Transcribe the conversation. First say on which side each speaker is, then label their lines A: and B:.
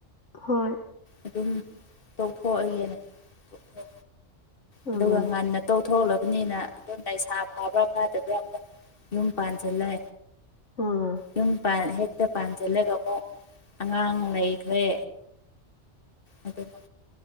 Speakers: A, on the left; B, on the left.
A: ꯍꯣꯏ
B: ꯑꯗꯨꯝ ꯇꯧꯊꯣꯛꯑꯒꯦꯅ ꯇ ꯑꯗꯨꯒ
A: ꯎꯝ
B: ꯉꯟꯅ ꯇꯧꯊꯣꯛꯂꯒ ꯑꯗꯨꯅꯤꯅ ꯑꯗꯨꯝ ꯂꯩꯩꯁꯥ ꯐꯥꯕ꯭ꯔꯥ ꯐꯥꯗꯕ꯭ꯔꯥ ꯑꯃꯨꯛ ꯌꯨꯝ ꯄꯥꯟꯁꯤꯜꯂꯦ
A: ꯎꯝ
B: ꯌꯨꯝ ꯄ ꯍꯦꯛ ꯛꯇ ꯄꯥꯟꯁꯤꯜꯂꯒ ꯑꯃꯨꯛ ꯑꯉꯥꯡ ꯂꯩꯈ꯭ꯔꯦ ꯑꯗꯨꯗ